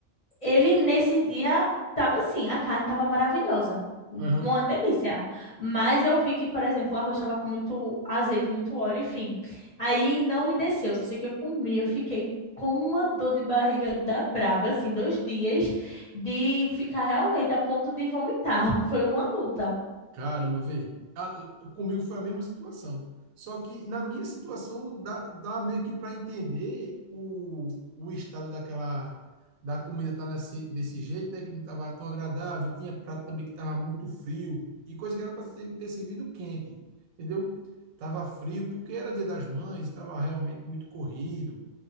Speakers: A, on the left; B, on the right.
A: Ele, nesse dia, tava assim, a carne tava maravilhosa.
B: Aham.
A: Uma delícia. Mas eu vi que, por exemplo, o arroz estava com muito azeite, muito óleo, enfim. Aí não me desceu, só sei que eu comi, eu fiquei com uma dor de barriga da braba, assim, dois dias, de ficar realmente a ponto de vomitar. <laughs> Foi uma luta.
B: Caramba, véi. Ah, comigo foi a mesma situação. Só que na minha situação dá, dá meio que para entender o, o estado daquela da comida tá nesse, desse jeito, né? Que não tava tão agradável. Tinha prato também que tava muito frio. E coisa que era para ter servido quente, entendeu? Tava frio porque era Dia das Mães, estava realmente muito corrido.